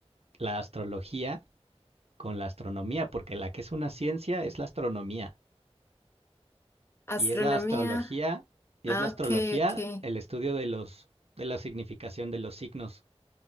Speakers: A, on the right; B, on the left.
A: la astrología con la astronomía, porque la que es una ciencia es la astronomía.
B: Astronomía.
A: Y es la astrología, y
B: Ah,
A: es la astrología
B: ok, ok.
A: el estudio de los, de la significación de los signos.